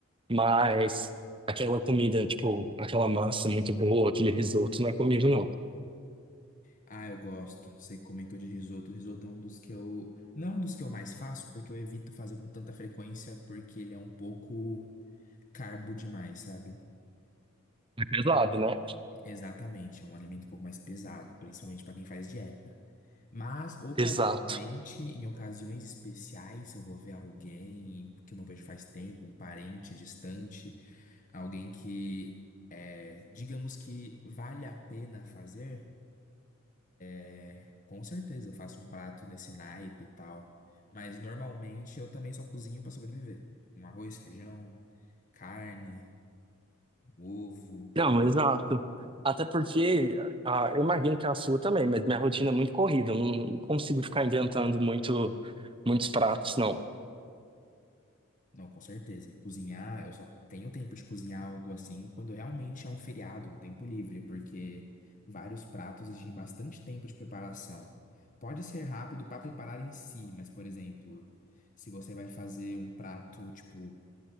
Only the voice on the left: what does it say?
Ah, eu gosto. Você comentou de risoto. risoto é um dos que eu. Não é um dos que eu mais faço, porque eu evito fazer com tanta frequência, porque ele é um pouco carbo demais, sabe?
Exatamente, é um alimento um pouco mais pesado, principalmente para quem faz dieta. Mas, ocasionalmente,
em ocasiões especiais, se eu vou ver alguém que eu não vejo faz tempo, um parente distante, alguém que, é, digamos que vale a pena fazer. É, Com certeza, eu faço um prato nesse naipe e tal. Mas normalmente eu também só cozinho pra sobreviver. Um arroz, feijão, carne, ovo.
Não, com certeza. Cozinhar, eu só tenho tempo de cozinhar algo assim quando realmente é um feriado, um tempo livre, porque vários pratos exigem bastante tempo de preparação. Pode ser rápido pra preparar em si, mas, por exemplo, se você vai fazer um prato tipo